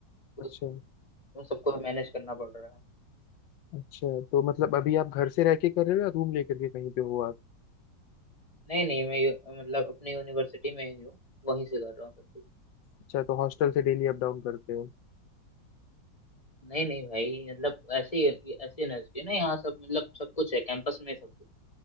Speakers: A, on the left; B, on the left.
A: अच्छा
B: उस उन सबको मैनेज करना पड़ रहा है
A: अच्छा तो मतलब अभी आप घर से रह के कर रहे हो या रूम लेकर के कहीं पे हो आप
B: नहीं नहीं मैं यू- मतलब अपनी यूनिवर्सिटी में ही हूँ वहीं से कर रहा हूँ सब कुछ
A: अच्छा तो हॉस्टल से डेली अप डाउन करते हो
B: नहीं नहीं भाई मतलब ऐसी ऐसी यूनिवर्सिटी ना यहाँ सब मतलब सब कुछ है कैंपस में सब कुछ